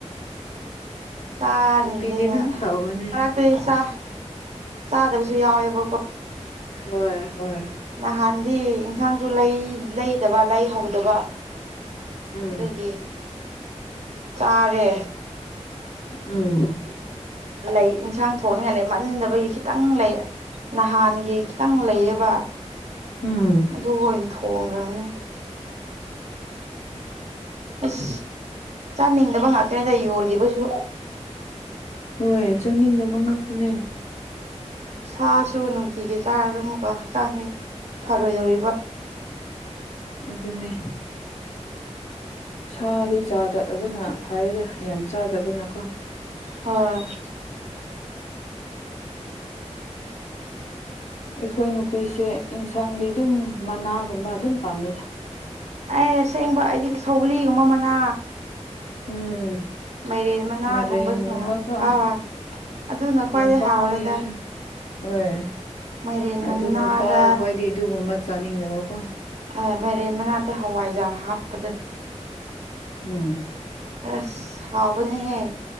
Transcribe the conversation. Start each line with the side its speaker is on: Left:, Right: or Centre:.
Right: ꯆꯥꯅꯤꯡꯗꯦꯅꯦ
Left: ꯅꯨꯄꯤꯗꯤ ꯑꯗꯨꯝ ꯇꯧꯕꯅꯦ
Right: ꯃꯔꯛꯇ ꯆꯥ ꯆꯥꯗꯕꯁꯨ ꯌꯥꯎꯋꯦꯕꯀꯣ
Left: ꯍꯣꯏ ꯍꯣꯏ
Right: ꯅꯍꯥꯟꯗꯤ ꯏꯟꯁꯥꯡꯁꯨ ꯂꯩꯗꯕ ꯂꯩꯍꯧꯗꯕ
Left: ꯎꯝ
Right: ꯑꯗꯨꯒꯤ ꯆꯥꯔꯦ
Left: ꯎꯝ
Right: ꯂꯩ ꯏꯟꯁꯥꯡ ꯊꯣꯡꯅꯤꯡꯉꯥꯏ ꯂꯩ ꯃꯟꯗꯕꯒꯤ ꯈꯤꯇꯪ ꯂꯩ ꯅꯍꯥꯟꯒꯤ ꯈꯤꯇꯪ ꯂꯩꯌꯦꯕ
Left: ꯎꯝ
Right: ꯑꯗꯨ ꯑꯣꯏꯅ ꯊꯣꯡꯈ꯭ꯔꯕꯅꯦ ꯑꯁ ꯆꯥꯅꯤꯡꯗꯕ ꯉꯥꯛꯇꯅꯦꯗ ꯌꯣꯜꯂꯤꯕꯁꯨ
Left: ꯍꯣꯏ ꯆꯥꯅꯤꯡꯗꯕ ꯉꯥꯛꯇꯅꯦ
Right: ꯁꯥꯁꯨ ꯅꯨꯡꯇꯤꯒꯤ ꯆꯥꯔꯁꯨ ꯑꯃꯨꯛꯒ ꯍꯛꯆꯥꯡꯁꯤ ꯐꯔꯣꯏꯗꯧꯔꯤꯕ
Left: ꯑꯗꯨꯅꯦ ꯁꯥꯗꯤ ꯆꯥꯗꯕꯅ ꯐꯩꯗ ꯌꯥꯝ ꯆꯥꯗꯕꯅꯀꯣ
Right: ꯍꯣꯏ
Left: ꯑꯩꯈꯣꯏ ꯅꯨꯄꯤꯁꯦ ꯑꯦꯟꯁꯥꯡꯗꯤ ꯑꯗꯨꯝ ꯃꯅꯥꯒꯨꯝꯕ ꯑꯗꯨꯝ ꯄꯥꯝꯃꯤꯗ
Right: ꯑꯩ ꯑꯁꯦꯡꯕ ꯑꯩꯗꯤ ꯁꯧꯒ꯭ꯔꯤꯒꯨꯝꯕ ꯃꯅꯥ
Left: ꯎꯝ
Right: ꯃꯥꯏꯔꯦꯟ ꯃꯅꯥꯒꯨꯝꯕꯁꯤꯅ
Left: ꯃꯥꯏꯔꯦꯟ ꯒꯨꯝꯕꯀꯣ
Right: ꯍꯣꯏ ꯑꯗꯨꯅ ꯈ꯭ꯋꯥꯏꯗꯩ
Left: ꯌꯥꯝ ꯄꯥꯝꯕꯅꯤ
Right: ꯍꯥꯎꯔꯦꯗ
Left: ꯑꯩꯁꯨ ꯍꯣꯏ
Right: ꯃꯥꯏꯔꯦꯟ
Left: ꯑꯗꯨ
Right: ꯃꯅꯥꯗ
Left: ꯅꯨꯄꯥ ꯈꯣꯏꯗꯤ ꯑꯗꯨꯒꯨꯝꯕ ꯆꯥꯅꯤꯡꯗꯕꯀꯣ
Right: ꯍꯣꯏ ꯃꯥꯏꯔꯦꯟ ꯃꯅꯥꯗ ꯍꯋꯥꯏꯖꯥꯔ ꯍꯥꯞꯄꯗ
Left: ꯎꯝ
Right: ꯑꯁ ꯍꯥꯎꯕꯅꯦꯍꯦ